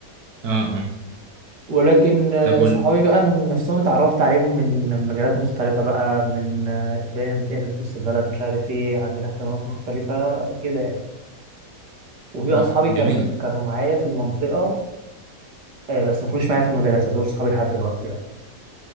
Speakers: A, on the right; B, on the right.
A: اه اه
B: ولكن آه،
A: طب وال...
B: صحابي بقى نفسهم اتعرفت عليهم من مجالات مختلفة بقى من آه، بقينا نتقابل في وسط البلد مش عارف ايه عندنا اهتمامات مختلفة كده يعني وفي
A: اه
B: أصحابي
A: جميل
B: كان كانوا معايا في المنطقة آه، بس ما كانوش معايا في المدرسة دول صحابي لحد دلوقتي بقى